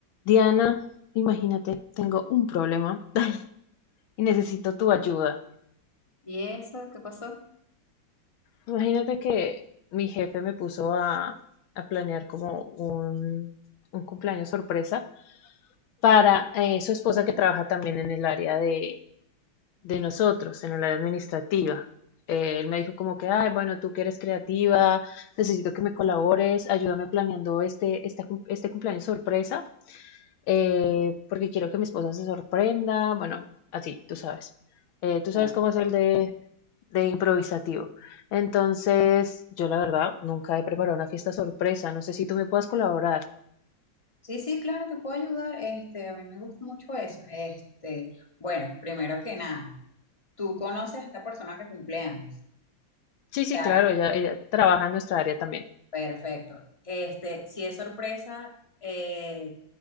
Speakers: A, on the left; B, on the left.
A: Diana, imagínate, tengo un problema <laughs> y necesito tu ayuda.
B: ¿Y eso? ¿Qué pasó?
A: Imagínate que mi jefe me puso a, a planear como un, un cumpleaños sorpresa para eh, su esposa que trabaja también en el área de, de nosotros, en el área administrativa. Eh, él me dijo como que, ay, bueno, tú que eres creativa, necesito que me colabores, ayúdame planeando este, este, cum- este cumpleaños sorpresa eh, porque quiero que mi esposa se sorprenda, bueno, así, tú sabes. Eh, tú sabes
B: Ah,
A: cómo es el de, de improvisativo. Entonces, yo la verdad nunca he preparado una fiesta sorpresa, no sé si tú me puedas colaborar.
B: Sí, sí, claro, te puedo ayudar. Este, a mí me gusta mucho eso. Este, bueno, primero que nada, tú conoces a esta persona que cumple años. O
A: Sí, sí,
B: sea,
A: claro, ella, ella trabaja en nuestra área también.
B: perfecto. Este, si es sorpresa, eh,